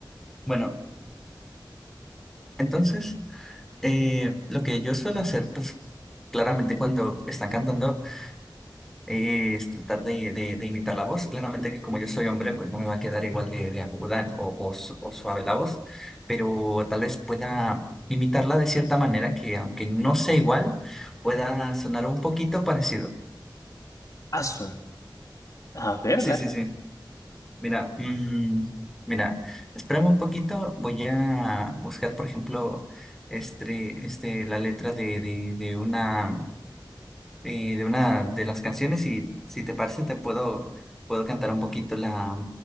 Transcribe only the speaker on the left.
azul A ver,
dale.